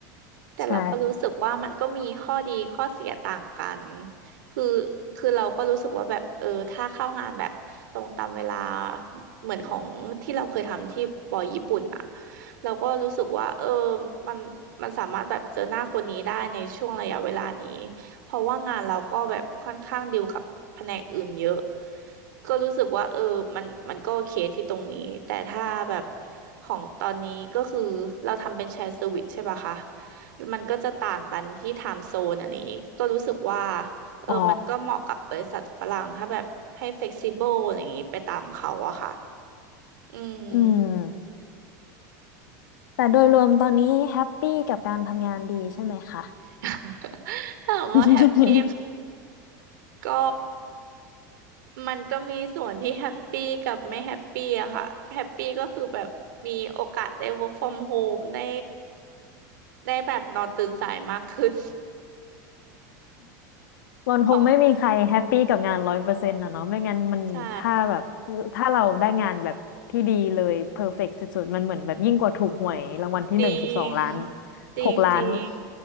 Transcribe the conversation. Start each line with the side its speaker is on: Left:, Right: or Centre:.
Right: แต่เราก็รู้สึกว่ามันก็มีข้อดีข้อเสียต่างกัน
Left: ใช่
Right: คือคือเราก็รู้สึกว่าแบบเออถ้าเข้างานแบบตรงตามเวลาเหมือนของที่เราเคยทำที่บอยญี่ปุ่นอ่ะเราก็รู้สึกว่าเออมันมันสามารถแบบเจอหน้าคนนี้ได้ในช่วงระยะเวลานี้ เพราะว่างานเราก็แบบค่อนข้างดีลกับแผนกอื่นเยอะก็รู้สึกว่าเออมันมันก็โอเคที่ตรงนี้ แต่ถ้าแบบของตอนนี้ก็คือเราทำเป็นแชร์เซอร์วิสใช่ปะคะ มันก็จะต่างกันที่ i ท e z โซนอันนี้ก็รู้สึกว่าเออมันก็เหมาะกับบริษัทฝรั่งถ้าแบบให้เฟกซิ
Left: อ๋อ
Right: b บ e ลอะไรอย่างนี้ไปตามเขาอะค่ะอืม
Left: อืมแต่โดยรวมตอนนี้แฮปปี้กับการทำงานดีใช่ไหมคะ
Right: <laughs> ถามว่าแฮปปี้
Left: <laughs>
Right: ก็มันก็มีส่วนที่แฮปปี้กับไม่แฮปปี้อะค่ะแฮปปี้ก็คือแบบมีโอกาสได้ work from home ได้ได้แบบนอนตื่นสายมากขึ้น
Left: มันคงไม่มีใครแฮปปี้กับงานร้อยเปอร์เซ็นต์ะเนาะไม่งั้นมันถ้าแบบ
Right: <laughs> ของใช่
Left: ถ้าเราได้งานแบบที่ดีเลยเพอร์เฟกต์สุดๆมันเหมือนแบบยิ่งกว่าถูกหวยรางวัลที่หนึ่งสิบสองล้าน
Right: จริงจริงจริง
Left: หกล้าน